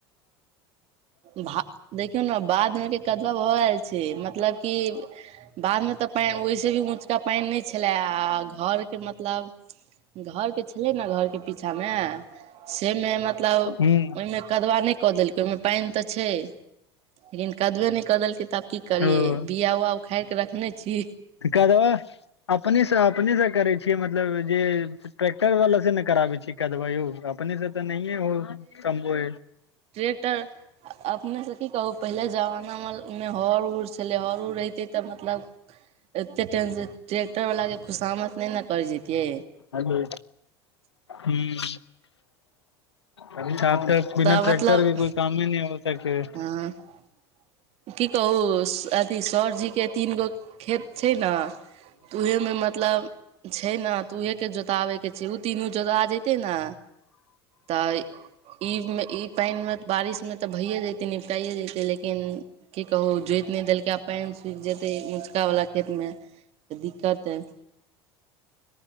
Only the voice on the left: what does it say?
हूं
ओ
कदबा अपनेसँ अपनेसँ करै मतलब जे ट्रक्टर वाला से ने कराबे छी कदबा यो। अपननी स तऽ नहि हो बो।
हलो ह अभी सा तऽ बिना
ट्रैक्टर
के कोइ काम ही नहि हो सके